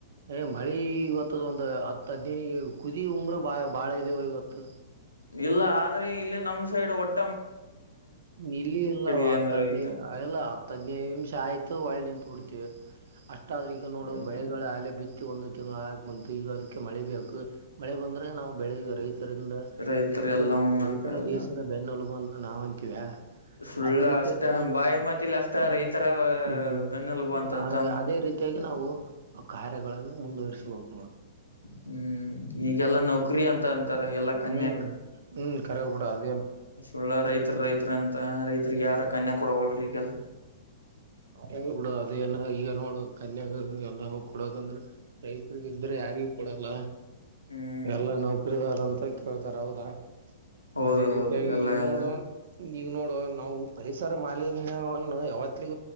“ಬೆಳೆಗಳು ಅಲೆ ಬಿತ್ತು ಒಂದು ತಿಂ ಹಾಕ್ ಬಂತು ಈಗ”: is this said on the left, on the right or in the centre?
Right